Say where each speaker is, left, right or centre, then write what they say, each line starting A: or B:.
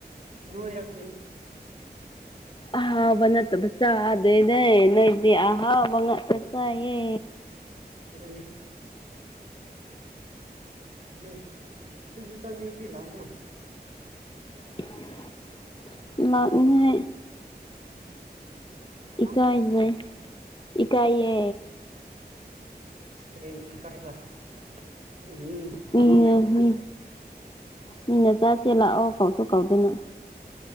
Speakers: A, on the right; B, on the left.
A: ꯅꯣꯏꯔꯛꯇꯦꯅꯦ
B: ꯑꯍꯥꯎꯕ ꯅꯠꯇꯕ‌ ꯆꯥꯗꯦꯅꯦ ꯅꯣꯏ ꯗꯤ ꯑꯍꯥꯎꯕꯉꯥꯛꯇ ꯆꯥꯌꯦ
A: ꯑꯗꯨꯅꯤ <unintelligible>
B: <unintelligible>
A: ꯍꯥ
B: ꯏꯀꯥꯏꯖꯩ ꯏꯀꯥꯏꯌꯦ
A: ꯀꯔꯤꯒꯤ ꯏꯀꯥꯏꯕ ꯑꯗꯨꯒꯤ ꯌꯨꯝꯃꯛꯅꯤ
B: ꯃꯤ
A: ꯍꯥꯏꯅ ꯈꯜꯂ
B: ꯃꯤ ꯃꯤꯅ ꯆꯥꯁꯦ ꯂꯥꯛꯑꯣ ꯀꯥꯎꯁꯨ ꯀꯥꯎꯗꯅ